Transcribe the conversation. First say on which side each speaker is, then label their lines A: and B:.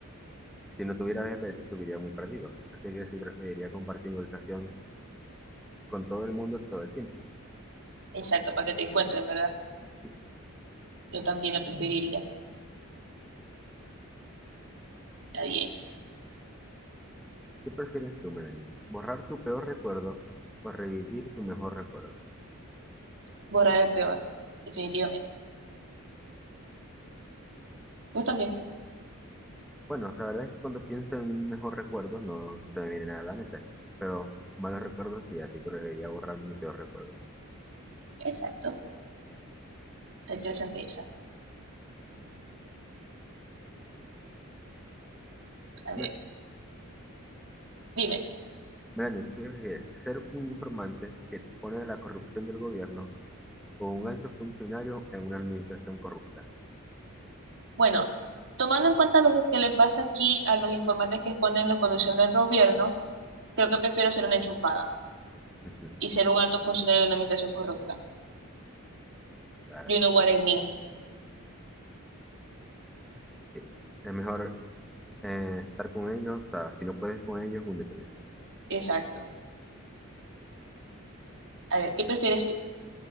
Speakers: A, in the centre; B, on the right.
A: si no tuviera GPS estuviera muy perdido. Así que sí preferiría compartir mi ubicación con todo el mundo todo el tiempo.
B: Exacto, para que te encuentren, ¿verdad?
A: Sí.
B: Yo también lo preferiría. Está bien.
A: ¿Qué prefieres tú, Melanie? ¿Borrar tu peor recuerdo o revivir tu mejor recuerdo?
B: Borrar el peor, definitivamente. Vos también.
A: Bueno, la verdad es que cuando pienso en un mejor recuerdo no se me viene nada a la mente, pero malos recuerdos sí, así que preferiría borrar mi peor recuerdo.
B: Exacto. Está interesante esa. Mm, A
A: Me-
B: ver, dime.
A: Melanie, ¿qué prefieres? ¿Ser un informante que expone a la corrupción del gobierno o un alto funcionario en una administración corrupta?
B: Bueno, tomando en cuenta lo que le pasa aquí a los informantes que exponen la conducción del gobierno, creo que prefiero ser una enchufada.
A: <laughs>
B: y ser un alto funcionario de una administración corrupta.
A: La verdad
B: You
A: es que
B: know what
A: sí,
B: I mean.
A: sí. Es mejor eh, estar con ellos, o sea, si no puedes con ellos, únete.
B: Exacto. A ver, ¿qué prefieres tú?